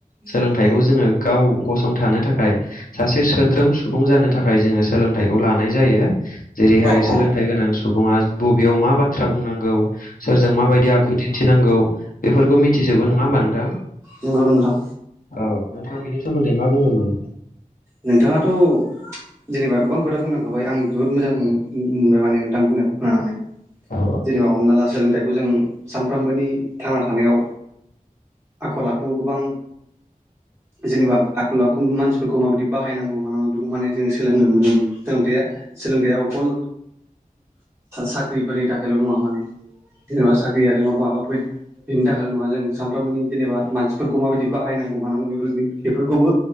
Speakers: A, on the left; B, on the right.
A: सोलोंथाइखौ
B: उम
A: जोङो गाव गसंथानो थाखाय सासे सोद्रोम सुबुं जानो थाखाय जोङो सोलों थाय जायो जेरैहाय
B: औ
A: सोलोंथ
B: उम औ
A: गोनां सुबुंआबो बेयाव मा बाथ्रा बुंनांगौ सोरजों माबायदि आखु दिन्थिनांगौ बेफोरखौ मिथिजोबो नङा होमबा नोंथां
B: नंगौ नंगौ नोंथां
A: औ नोंथाङा बेनि सोमोन्दै मा बुंगोन माने
B: नोंथाङाथ' जेनबा गोबां खोथा बुंलांखाबाय आं जोबोद मोजां
A: औ
B: मोनबाय माने नोंथां बुंनाय खोनानानै
A: औ
B: जेनेबा हमना ला सोलोंथाइखौ जों सानफ्रामबोनि थांना थानायाव आखल आखु गोबां जेनेबा आखल आखु मानसिफोरखौ माबायदि बाहायनांगौ मानांगौ बेखौ माने जोङो सोलोंनो मोनो। सोलोंथाय सोलोंथाया अकल साख्रिफोरनि थाखायल' नङा माने जेनेबा साख्रि आरो माबा माबा फै बेनि थाखायल' नङा जों सानफ्रोमबोनि जेनेबा मानसि फोरखौ माबायदि बाहायनांगौ मानांगौ बे बेफोरखौबो